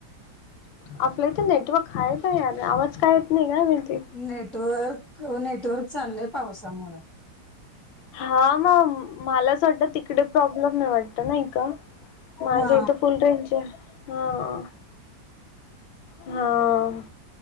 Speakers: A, on the left; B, in the centre.
A: आपलं इथे नेटवर्क आहे का यार आवाज का येत नाही का माहिती.
B: नेटवर्क नेटवर्क चाललंय पावसामुळ.
A: हा मग मला अस वाटत तिकडे प्रॉब्लेम नाही वाटत नाही का माझ्या
B: हा
A: इथं फुल रेंज आहे हा. ह